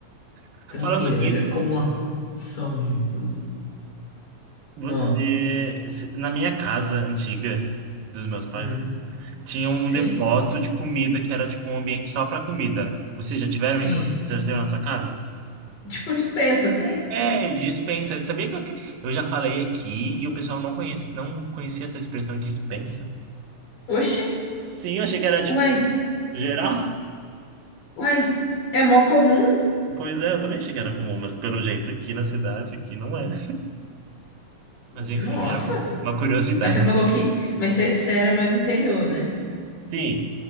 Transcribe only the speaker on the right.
<laughs>
Falando nisso,
você.
se- Na minha casa antiga, dos meus pais,
né, tinha um
depósito de comida que era tipo um ambiente só para comida. Vocês já tiveram
isso? Você já teve na sua casa?
É, dispensa. Sabia que eu, que- eu já falei aqui e o pessoal não conhece, não conhecia essa expressão dispensa?
Sim, eu achei que era tipo
geral. <laughs>
Pois é, eu também achei que era comum, mas pelo jeito aqui na cidade, aqui não é. Mas enfim,
era uma curiosidade.
Sim.